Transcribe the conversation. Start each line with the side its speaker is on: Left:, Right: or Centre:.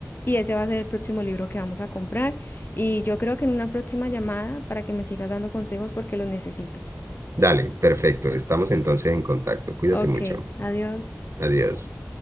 Left: Y ese va a ser el próximo libro que vamos a comprar. Y yo creo que en una próxima llamada para que me sigas dando consejos porque los necesito.
Right: Dale, perfecto. Estamos entonces en contacto. Cuídate
Left: Ok,
Right: mucho.
Left: adiós.
Right: Adiós.